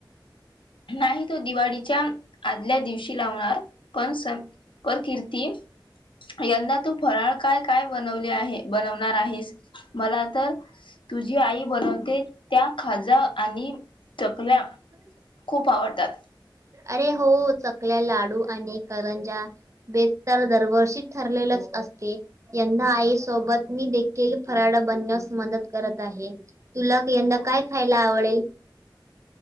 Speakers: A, on the left (about 85°); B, on the right (about 35°).
A: नाही तो दिवाळीच्या आदल्या दिवशी लावणार पण स कर किर्ती यंदा फराळ काय काय बनवले आहे बनवणार आहेस मला तर तुझी आई बनवते त्या खाजा आणि चकल्या
B: हं.
A: खूप आवडतात.
B: अरे हो चकल्या, लाडू आणि करंज्या. बेत तर दरवर्षीचं ठरलेलंच असते. यंदा आई सोबत मी देखील फराड बनण्यास मदत करत आहे. तुला यंदा काय खायला आवडेल?